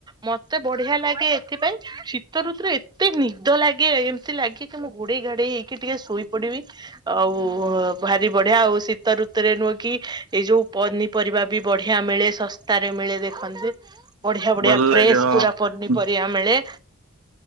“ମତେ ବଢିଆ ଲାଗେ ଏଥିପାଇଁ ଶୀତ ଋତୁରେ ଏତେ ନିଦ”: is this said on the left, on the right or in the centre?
Right